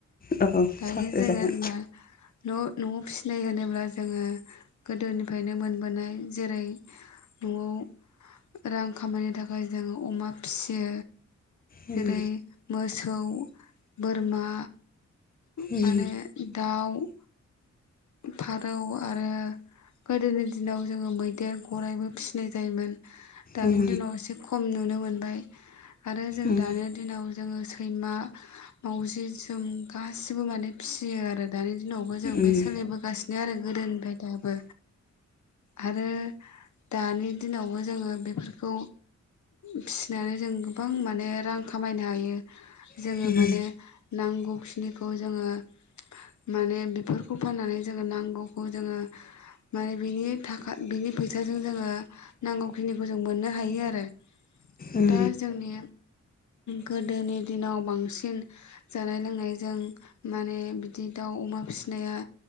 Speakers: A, on the left (about 30°); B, on the left (about 75°).
A: औ औ
B: दायो
A: सावरायजागोन
B: जोंङो होनबा न' न'आव फिसिनाय होनोब्ला जोङो गोदोनिफ्रायनो मोनबोनाय जेरै न'आव रां खामायनो थाखाय जोङो अमा फिसियो
A: उम
B: जेरै मोस मोसौ, बोरमा माने
A: उम
B: दाउ फारौ आरो गोदोनि दिनाव जोङो मैदेर गराइबो फिसिनाय जायोमोन। दानि
A: उम
B: दिनाव इसे खम नुनो मोनबाय आरो जों
A: उम
B: दानो दिनाव जोङो सैमा मावजि जोम गासिबो माने फिसियो आरो दानि दिनावबो जों बे
A: उम उम
B: सोलिबोगासिनो आरो गोदोनिफ्राय दाबो आरो दानि दिनावबो जोङो बेफोरखौ फिसिनानै जों गोबां माने रां खामायनो हायो। जोङो
A: उम
B: माने नांगौखिनिखौ जोङो माने बे खौ फाननानै जोङो नांगौखौ जोङो माने बिनि थाखा बिनि फैसाजों जोङो नांगौखिनिखौ जों मोननो हायो आरो
A: उम
B: दा जोंनि गोदोनि दिनाव बांसिन जानाय लोंनायजों माने बिदि दाउ अमा फिसि फिसिनाया